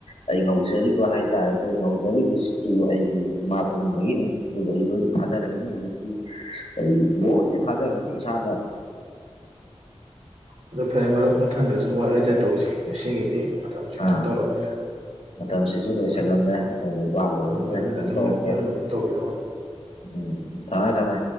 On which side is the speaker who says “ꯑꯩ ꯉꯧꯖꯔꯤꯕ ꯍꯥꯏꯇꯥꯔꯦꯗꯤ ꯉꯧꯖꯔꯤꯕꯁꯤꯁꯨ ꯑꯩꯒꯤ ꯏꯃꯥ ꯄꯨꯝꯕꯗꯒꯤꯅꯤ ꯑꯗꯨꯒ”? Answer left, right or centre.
Left